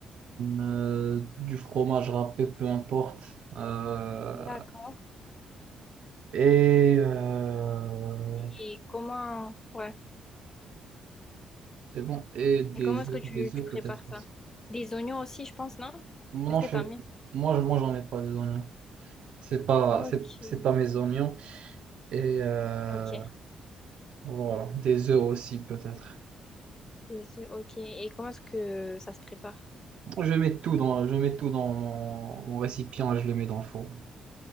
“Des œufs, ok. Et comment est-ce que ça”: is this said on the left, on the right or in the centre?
Left